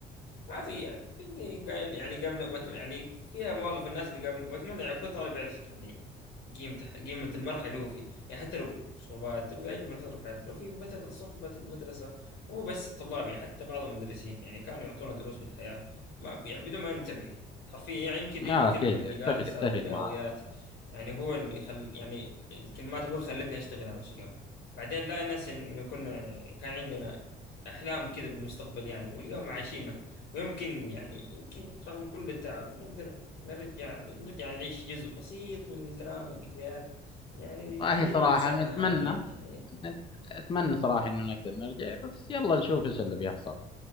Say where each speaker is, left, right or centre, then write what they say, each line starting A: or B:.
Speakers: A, on the left; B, on the left.
A: ما في يعني اللي قايل يعني قبل بت- يعني فيها مواقف الناس اللي قبل واتمنى يعني كل طالب يعرف يعني قيمته قيمة المرحلة اللي هو فيه يعني حتى لو صعوبات تبقى أجمل فترة في حياتي لو في مثلا صحبة المدرسة مو بس الطلاب يعني حتى بعض المدرسين يعني كانوا يعطونا دروس بالحياة ما يعني بدون ما ننتبه حرفيا يعني يمكن
B: اه
A: ذيك الكلمة
B: اكيد
A: اللي
B: اتفق
A: قالها أستاذ
B: اتفق
A: الرياضيات
B: معاه
A: يعني هو اللي خل يعني الكلمات هو اللي خلتني أشتغل على نفسي اليوم بعدين لا ننسى إنه كنا كان عندنا أحلام كذا بالمستقبل يعني واليوم عايشين ويمكن يعني يمكن رغم كل التعب نقدر نرجع نرجع نعيش جزء بسيط من الكلام والذكريات يعني
B: والله
A: زي
B: صراحة
A: جلساتنا
B: متمنى
A: هذه يعني إيه.
B: اتمنى صراحة انه نقدر نرجع بس يلا نشوف ايش اللي بيحصل